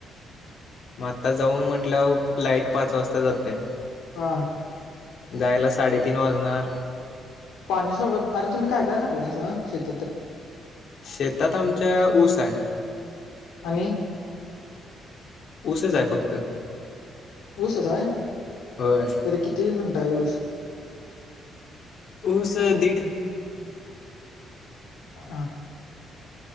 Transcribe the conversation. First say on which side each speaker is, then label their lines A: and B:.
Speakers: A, on the left; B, on the left.
A: म आता जाऊन म्हंटल्या वर लाईट पाच वाजता जात्या.
B: हा.
A: जायला साडेतीन वाजणार.
B: पाणी सोड अरे तुम्ही काय काय घातलंयासा शेता
A: शेतात आमच्या ऊस हाय.
B: आणि
A: उसच हाय फक्त.
B: ऊसच हाय,
A: होय
B: तरी किती गुंठा हाय ऊस?
A: ऊस दीड
B: आ.